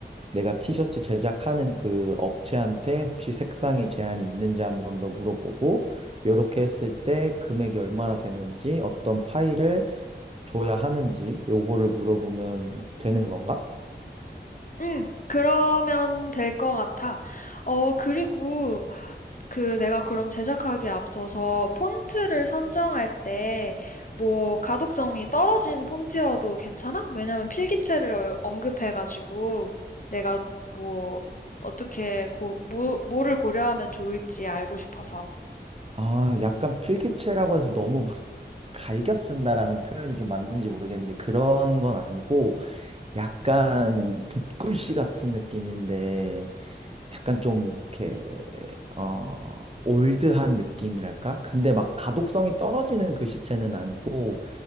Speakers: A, on the right; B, on the left.
A: 내가 티셔츠 제작하는 그 업체한테 혹시 색상에 제한이 있는지 한번 더 물어보고, 요렇게 했을 때 금액이 얼마나 되는지, 어떤 파일을 줘야 하는지, 요거를 물어보면 되는 건가?
B: 응, 그러면 될 것 같아. 어, 그리고, 그 내가 그럼 제작하기에 앞서서 폰트를 선정할 때 뭐 가독성이 떨어진 폰트여도 괜찮아? 왜냐면 필기체를 얼- 언급해가지고 내가 뭐 어떻게 고, 뭐, 뭐를 고려하면 좋을지 알고 싶어서.
A: 아, 약간 필기체라고 해서 너무 막 갈겨 쓴다라는 표현이 좀 맞는지 모르겠는데 그런 건 아니고 약간 붓글씨 같은 느낌인데 약간 좀 이렇게 어 올드한 느낌이랄까? 근데 막 가독성이 떨어지는 글씨체는 아니고